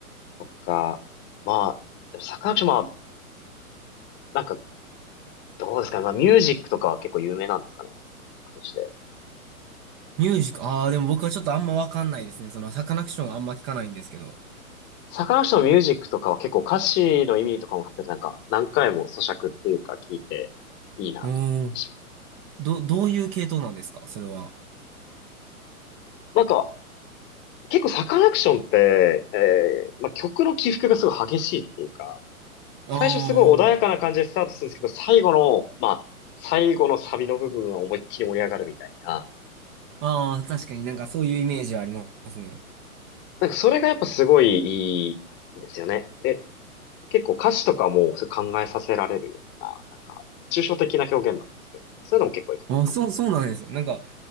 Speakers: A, on the left; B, on the right.
A: とか、まあ、でもサカナクション、まあ、なんか、どうですかね。まあ、ミュージックとかは結構有名なんですかね。曲として。
B: ミュージック、ああ、でも僕はちょっとあんまわかんないですね。その、サカナクションあんま聞かないんですけど。
A: サカナクションのミュージックとかは結構歌詞の意味とかも含めてなんか、何回も咀嚼っていうか聞いていいなと思ったりします。
B: うーん。ど、どういう系統なんですかそれは。
A: なんか、結構サカナクションって、えーまあ、曲の起伏がすごい激しいっていうか、
B: あ
A: 最初すごい穏やかな感じでスタートするんですけど、最後の、まあ、最後のサビの部分は思いっきり盛り上がるみたいな。
B: あ、ああ、確かになんかそういうイメージはありますね。
A: なんかそれがやっぱすごいいいんですよね。で、結構歌詞とかもそう考えさせられるような、なんか、抽象的な表現なんですけど、そういうのも結構いいかも。
B: ああ、そう、そうなんです。なんか、